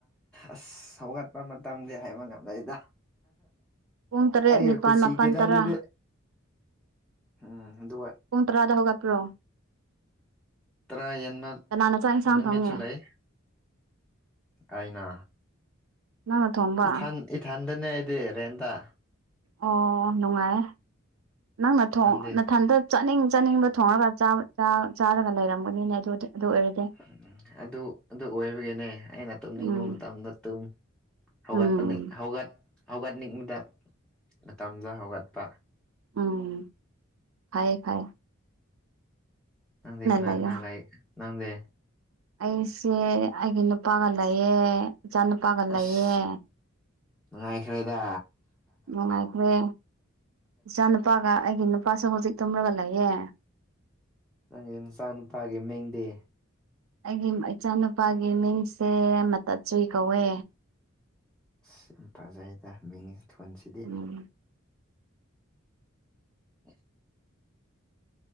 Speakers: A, in the centre; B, on the right (about 80°).
A: ꯑꯁ ꯍꯧꯒꯠꯄ ꯃꯇꯝꯗꯤ ꯍꯥꯏꯕ ꯉꯝꯗꯩꯗ
B: ꯄꯨꯡ ꯇꯔꯦꯠ
A: ꯑꯩꯒꯤ
B: ꯅꯤꯄꯥꯜ
A: ꯈꯨꯨꯁꯤꯒꯤꯗ
B: ꯃꯥꯄꯜ ꯇꯔꯥ
A: ꯑꯗꯨꯗꯤ ꯎꯝ ꯑꯗꯨ
B: ꯀꯨꯟ ꯇꯔꯥꯗ ꯍꯒ ꯄ꯭ꯔꯣ
A: ꯇꯔꯥ ꯍꯟꯕ
B: ꯀꯅꯥꯅ ꯆꯥꯛ ꯏꯟꯁꯥꯡ
A: ꯅꯨꯃꯤꯠꯁꯨ
B: ꯊꯣꯡꯉꯦ
A: ꯂꯩ ꯑꯩꯅ
B: ꯅꯪꯅ ꯊꯣꯝꯕ
A: ꯏꯊꯟ ꯏꯊꯟꯗꯅꯦ ꯑꯩꯗꯤ ꯔꯦꯟꯇ
B: ꯑꯣ ꯅꯨꯡꯉꯥꯏ ꯅꯪ ꯅꯊꯣꯡ
A: ꯅꯪꯗꯤ
B: ꯅꯊꯟꯗ ꯆꯥꯅꯤꯡ ꯆꯥꯅꯤꯡꯕ ꯊꯣꯡꯉꯒ ꯆꯥꯔꯒ ꯂꯩꯔꯝꯒꯅꯤꯅꯦ ꯑꯗꯨ ꯑꯗꯨ ꯑꯣꯏꯔꯗꯤ
A: ꯎꯝ ꯑꯗꯨ ꯑꯗꯨ ꯑꯣꯏꯕꯒꯤꯅꯦ ꯑꯩꯅ ꯇꯨꯝꯅꯤꯡꯕ
B: ꯎꯝ
A: ꯃꯇꯝꯗ ꯇꯨꯝ ꯍꯧꯒꯠꯄ
B: ꯎꯝ
A: ꯍꯧꯒꯠ ꯍꯧꯒꯠꯅꯤꯡꯕꯗ ꯃꯇꯝꯗ ꯍꯧꯒꯠꯄ
B: ꯎꯝ ꯈꯌꯦꯦ ꯈꯌꯦ
A: ꯅꯪꯗꯦ ꯀꯅꯥ
B: ꯂꯩꯌꯣ
A: ꯀꯅꯥ ꯂꯩ ꯅꯪꯗꯦ
B: ꯑꯩꯁꯦ ꯑꯩꯒꯤ ꯅꯨꯄꯥꯒ ꯂꯩꯑ ꯏꯆꯥ ꯅꯨꯄꯥꯒ ꯂꯩꯑ
A: ꯑꯁ ꯅꯨꯡꯉꯥꯏꯈ꯭ꯔꯦꯗ
B: ꯅꯨꯡꯉꯥꯏꯈ꯭ꯔꯦ ꯏꯆꯥ ꯅꯨꯨꯄꯥꯒ ꯑꯩꯒꯤ ꯅꯨꯄꯥꯁꯨ ꯍꯧꯖꯤꯛ ꯇꯨꯝꯂꯒ ꯂꯩꯌꯦ
A: ꯅꯪꯒꯤ ꯅꯨꯆꯥ ꯅꯨꯨꯄꯥꯒꯤ ꯃꯤꯡꯗꯤ
B: ꯑꯩꯒꯤ ꯏꯆꯥꯅꯨꯄꯥꯒꯤ ꯃꯤꯡꯁꯦ ꯃꯇꯠꯆꯨꯏ ꯀꯧꯋꯦ
A: ꯑꯁ ꯌꯥꯝ ꯐꯖꯩꯗ ꯃꯤꯡ ꯊꯣꯟꯁꯤꯗꯤ
B: ꯎꯝ
A: ꯑ